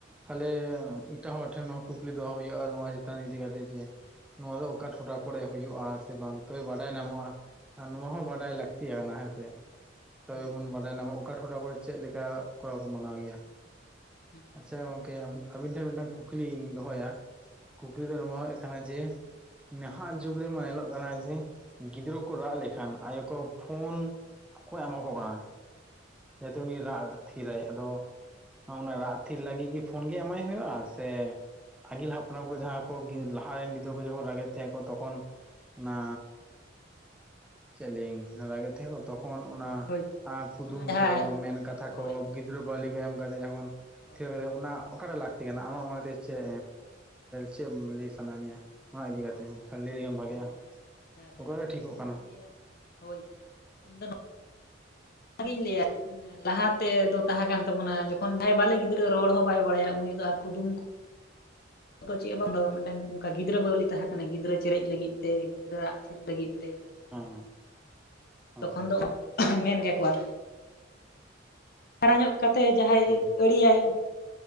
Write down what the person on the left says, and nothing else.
ᱦᱩᱸ
ᱦᱩᱸ
ᱟᱪᱪᱷᱟ
ᱦᱳᱭ
ᱚᱱᱟ ᱡᱟᱦᱟᱸ
ᱦᱳᱭ
ᱦᱳᱭ
ᱦᱮᱸ ᱦᱮᱸ ᱦᱮᱸ
ᱤᱧ
ᱫᱩᱧ
ᱞᱟᱹᱭᱟ ᱦᱳᱭ ᱤᱧ ᱫᱚ ᱵᱧ ᱞᱟᱹᱭᱟ ᱞᱟᱦᱟ ᱛᱮᱫᱚ ᱛᱟᱦᱮᱸ ᱠᱟᱱ ᱛᱟᱵᱚᱱᱟ ᱡᱚᱠᱷᱚᱱ ᱡᱟᱦᱟᱸᱭ ᱵᱟᱞᱮ ᱜᱤᱫᱽᱨᱟᱹ ᱨᱚᱲ ᱦᱚᱸ ᱵᱟᱭ ᱵᱟᱲᱟᱭᱟ ᱩᱱᱤ ᱫᱚ ᱟᱨ ᱠᱩᱫᱩᱢ ᱟ ᱫᱚ ᱪᱮᱫ ᱵᱟᱝ ᱫᱚ ᱢᱤᱫᱴᱟᱝ ᱚᱱᱠᱟ ᱜᱤᱫᱽᱨᱟᱹ ᱵᱟᱹᱣᱞᱤ ᱛᱟᱦᱮᱸ ᱠᱟᱱᱟ ᱜᱤᱫᱽᱨᱟᱹ ᱪᱮᱨᱮᱡ ᱞᱟᱹᱜᱤᱫ ᱛᱮ ᱜᱤᱫᱽᱨᱟᱹ ᱟᱣᱟᱜ ᱛᱷᱤᱨ ᱞᱟᱹᱜᱤᱫ ᱛᱮ
ᱛᱚᱠᱷᱚᱱ ᱫᱚ ᱢᱮᱱ ᱜᱮᱠᱚᱣᱟ ᱦᱟᱨᱟ ᱧᱚᱜ ᱠᱟᱛᱮ ᱡᱟᱦᱟᱸᱭ
ᱟᱲᱤᱭᱟᱭ